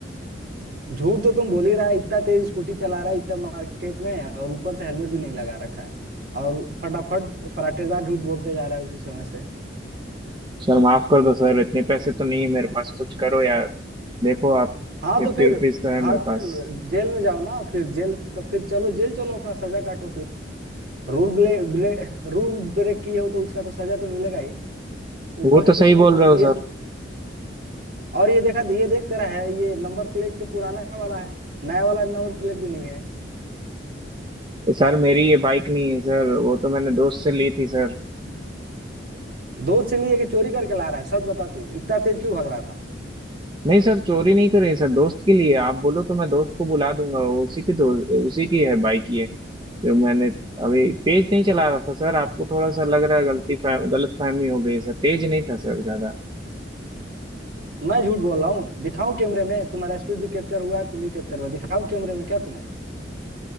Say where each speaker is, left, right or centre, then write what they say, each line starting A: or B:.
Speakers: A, on the right; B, on the right.
A: झूठ तो तुम बोल ही रहा है इतना तेज स्कूटी चला रहा है इतना मार्केट में और ऊपर से हेलमेट भी नहीं लगा रखा है और फटाफट फराटेदार झूठ बोलते जा रहा है उसी समय से
B: सर माफ कर दो सर इतने पैसे तो नहीं है मेरे पास कुछ करो यार देखो आप
A: हाँ
B: फिफ्टी
A: तो फिर
B: रुपीज तो है
A: हाँ
B: मेरे पास
A: फिर जेल में जाओ ना फिर जेल तो फिर चलो जेल चलो अपना सजा काटो फिर रूल ब्ले, ब्ले रूल ब्रेक किए हो तो उसका तो सजा तो मिलेगा ही ऊपर
B: वो
A: से
B: तो
A: तुम
B: सही
A: इत-
B: बोल रहे हो
A: ये
B: सर
A: तो और ये देखा ये देख तेरा है ये नंबर प्लेट तो पुराना वाला है नया वाला नंबर प्लेट भी नहीं है
B: सर मेरी ये बाइक नहीं है सर वो तो मैंने दोस्त से ली थी सर
A: दोस्त से लिए कि चोरी करके ला रहा है सच बता तू इतना तेज क्यों भाग रहा था
B: नहीं सर चोरी नहीं करे सर दोस्त के लिए आप बोलो तो मैं दोस्त को बुला दूंगा वो उसी की दो, उसी की है बाइक ये जो मैंने अभी तेज नहीं चला रहा था सर आपको थोड़ा सा लग रहा है गलती फह, गलत फहमी हो गई सर तेज नहीं था सर ज्यादा
A: मैं झूठ बोल रहा हूँ दिखाऊं कैमरे में तुम्हारा स्पीड भी कैप्चर हुआ है तुम भी कैप्चर हुआ दिखाओ कैमरे में क्या तुम्हें